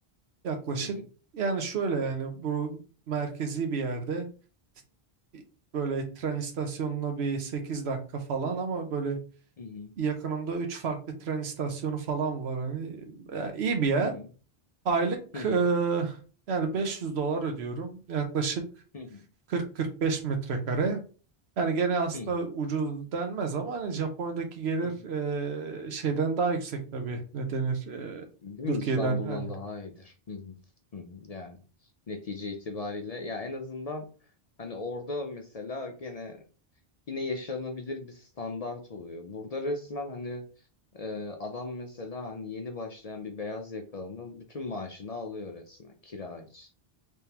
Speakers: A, on the right; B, on the left.
A: Yaklaşık
B: hı hı,
A: yani şöyle yani bu merkezi bir yerde t- böyle tren istasyonuna bir 8 dakika falan ama böyle
B: hı hı,
A: yakınımda 3 farklı tren istasyonu falan var. Hani e, iyi bir yer.
B: hı hı,
A: Aylık
B: hı hı,
A: e, yani 500 dolar ödüyorum. Yaklaşık
B: hı hı.
A: kırk kırk beş metrekare. Yani gene aslında
B: Hı hı,
A: ucuz denmez ama hani Japonya'daki gelir
B: hı hı.
A: e, şeyden daha yüksek tabii. Ne denir? E,
B: Değil
A: Türkiye'den
B: mi? İstanbul'dan
A: yani.
B: daha iyidir. Hı hı, hı hı. Yani netice itibariyle ya en azından hani orada mesela gene yine yaşanabilir bir standart oluyor. Burada resmen hani e, adam mesela hani yeni başlayan bir beyaz yakalının bütün maaşını alıyor resmen kira için.